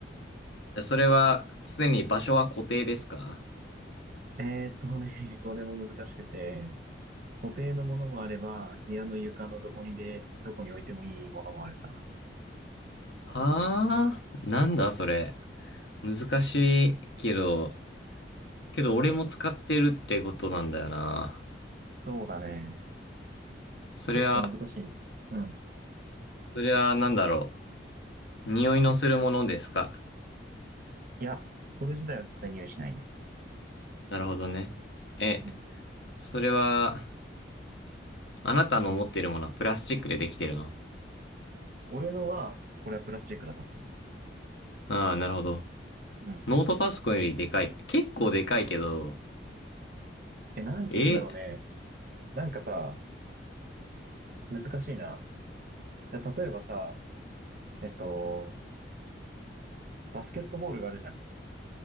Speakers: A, on the left; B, on the right.
A: じゃあ、それは常に場所は固定ですか
B: えーっとね、<laughs> これも難しくて、固定のものもあれば、部屋の床のどこにで、どこに置いてもいいものもあるかな。
A: はあ、なんだそれ。難しいけど、けど俺も使ってるってことなんだよな。
B: そうだね。
A: それは
B: ちょっと難しいね。うん。
A: それはなんだろう。匂いのするものですか。
B: いや、それ自体は絶対匂いしないね。
A: なるほどね。え、
B: うん。
A: それは、あなたの持ってるものはプラスチックでできてるの
B: 俺のは、これはプラスチックだと思
A: ああ、なるほど。
B: う。うん。
A: ノートパソコンよりでかい。結構でかいけど、
B: え、なんて言うんだろうね。
A: え、
B: なんかさ、難しいな。で例えばさ、えっと、バスケットボールがあるじゃん。